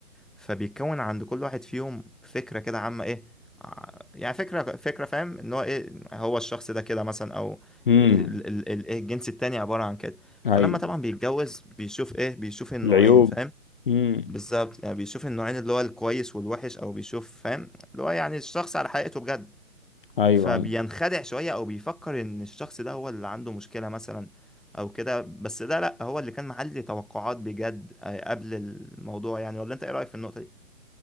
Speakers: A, in the centre; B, on the left (about 40°).
A: فبيكون عند كل واحد فيهم فكره كده عامه ايه ع- يعني فكره فكره فاهم ان هو ايه هو الشخص ده كده مثلا او
B: امم
A: ال- ال- ال- إيه الجنس التاني عباره عن كده
B: ايوه
A: فلما طبعا بيتجوز بيشوف ايه بيشوف النوعين
B: العيوب
A: فاهم
B: امم
A: بالظبط يعني بيشوف النوعين اللي هو الكويس والوحش او بيشوف فاهم اللي هو يعني الشخص على حقيقته بجد
B: ايوه
A: فبينخدع شوية أو بيفكر إن الشخص ده هو اللي عنده مشكلة مثلا أو كده بس ده لأ هو اللي كان معلي توقعات بجد آه، قبل الموضوع يعني ولا أنت إيه رأيك في النقطة دي؟